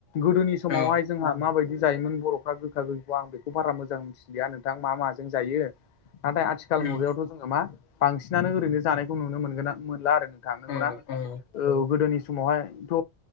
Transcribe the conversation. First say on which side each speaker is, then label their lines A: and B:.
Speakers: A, on the left; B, on the left.
A: गोदोनि समावहाय
B: औ
A: जोंहा माबायदि जायोमोन बर'फ्रा गोखा गोैखौ आं बेखौ बारा मोजां नोंथां मा माजों जायो नाथाय आथिखाल
B: उम
A: मुगायावथ' जोङो मा बांसिनानो ओरैनो जानायखौ नुनो मोनगोन मोनला आरो नोंथां नगौना?
B: औ औ
A: औ गोदोनि समावहायथ'